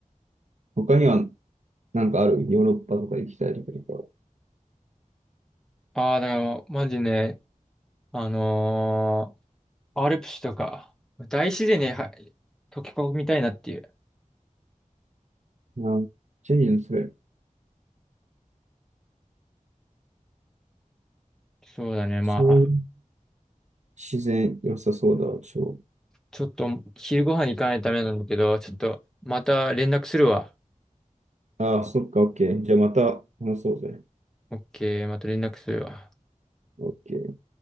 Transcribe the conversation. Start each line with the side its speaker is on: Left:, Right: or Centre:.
Right: 他には、なんかあるヨーロッパとか行きたいとかとか。
Centre: ああ、だからもう、マジね、あのーアルプスとか、大自然には溶け込みたいなっていう。
Right: まあ、チェリーのそれ。
Centre: そうだね。まあ、
Right: そういう自然良さそうだわ、超。
Centre: ちょっと昼ご飯に行かないとダメなんだけど、ちょっとまた連絡するわ。
Right: ああ、そっか、オッケー。じゃあまた話そうぜ。
Centre: オッケー、また連絡するわ。
Right: オッケー。